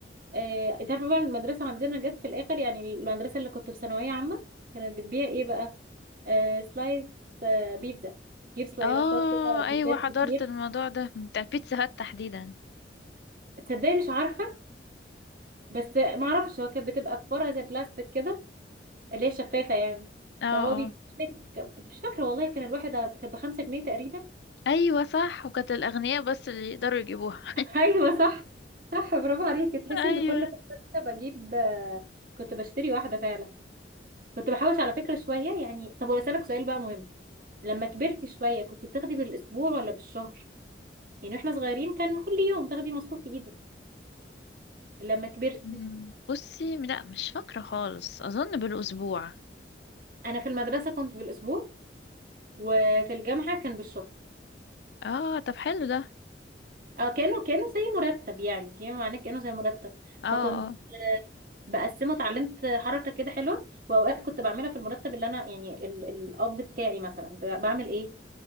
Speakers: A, on the right (about 55°); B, on the left (about 70°).
A: آه، انت عارفه بقى المدرسه عندنا جت في الاخر يعني المدرسه اللي كنت في ثانويه عامه كانت بتبيع ايه بقى آه، سلايد آه، بيتزا تجيب سلايرسات
B: اه
A: كده
B: ايوه
A: بيتزات
B: حضرت
A: كتير
B: الموضوع ده بتاع بيتزا هات تحديدا
A: تصدقي مش عارفه بس ما اعرفش هو كانت بتبقى في فرع زي بلاستيك كده اللي هي شفافه يعني
B: اه اه
A: فهو بيديلك مش فاكره والله كان الواحده كانت بخمسة جنيه تقريبا <laughs>
B: ايوه صح وكانت الاغنياء بس اللي يقدروا يجيبوها
A: ايوه صح صح برافو عليكي تحسي
B: <laughs>
A: ان
B: ايوه
A: كل فتره كده بجيب آه، كنت بشتري واحده فعلا كنت بحوش على فكره شويه يعني طب واسالك سؤال بقى مهم لما كبرتي شوية كنت بتاخدي بالأسبوع ولا بالشهر يعني واحنا صغيرين كان كل يوم تاخدي مصروف في ايدك لما كبرتي
B: أم، بصي لا مش فاكرة خالص اظن بالاسبوع
A: انا في المدرسة كنت بالأسبوع وفي الجامعة كان بالشهر
B: اه طب حلو ده
A: اه كانوا كانوا زي مرتب يعني فيما معناه كانوا زي مرتب
B: اه
A: فكنت
B: اه
A: آه، بقسمه اتعلمت حركة كده حلوة واوقات كنت بعملها في المرتب اللي انا يعني ال- القبض بتاعي مثلا ب- بعمل ايه